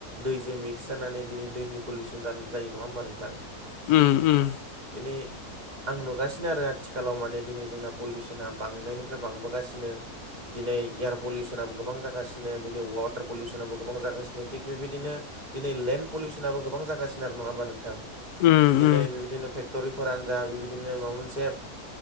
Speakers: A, on the right; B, on the left.
A: दैजों मिक्स जानानै दिनै दैनि पलिउसन जायो नङा होमबा नोंथां
B: उम उम
A: दिनै आं नुगासिनो आरो आथिखालाव माने दिनै जोंना पलिउसना बांनायनिफ्राय बांबोगासिनो दिनै एयार पलिउसनाबो गोबां जागासिनो दिनै वाटार पलिउसनाबो गोबां जागासिनो थिग बेबायदिनो। दिनै लेन्ड पलिउसनाबो गोबां जागासिनो आरो नङा होनबा नोंथां
B: उम
A: दिनै
B: उम
A: बिबायदिनो फे क्ट'रिफोरानो जा बेबायदिनो माबा मोनसे।